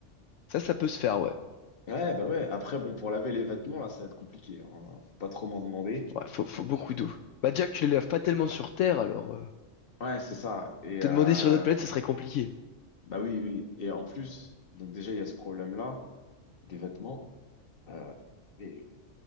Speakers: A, on the left; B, on the left.
A: ça, ça peut se faire, ouais.
B: Ouais, bah ouais. Après, bon, pour laver les vêtements, là, ça va être compliqué. hein. Faut pas trop m'en demander.
A: Ouais, faut, faut
B: Donc,
A: beaucoup
B: euh,
A: d'eau. Bah, Jack, tu les laves pas tellement sur Terre, alors euh,
B: ouais, c'est ça. Et
A: te
B: euh,
A: demander sur une autre planète, ça serait compliqué.
B: bah oui, oui. Et en plus, donc déjà, il y a ce problème-là des vêtements. Euh, et